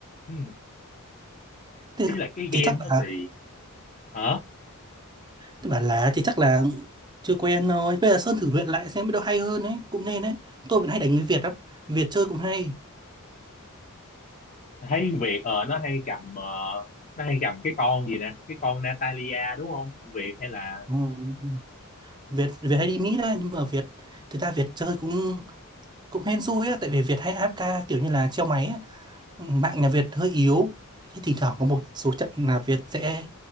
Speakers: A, on the left; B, on the right.
A: ừ.
B: Thế
A: ý là cái
B: thì
A: game
B: chắc là
A: đó thì hả
B: Tôi bảo là thì chắc là chưa quen thôi Bây giờ Sơn thử luyện lại xem biết đâu hay hơn ấy Cũng nên đấy Tôi vẫn hay đánh với Việt lắm Việt chơi cũng hay
A: thấy Việt ờ nó hay cầm ờ, nó hay cầm cái con gì nè cái con Natalia đúng không Việt hay là
B: Ừ. Việt Việt hay đi Mỹ đấy Nhưng mà Việt Thực ra Việt chơi cũng cũng hên xui á Tại vì Việt hay a ép ca kiểu như là treo máy á mạng nhà Việt hơi yếu thế thỉnh thoảng có một số trận là Việt sẽ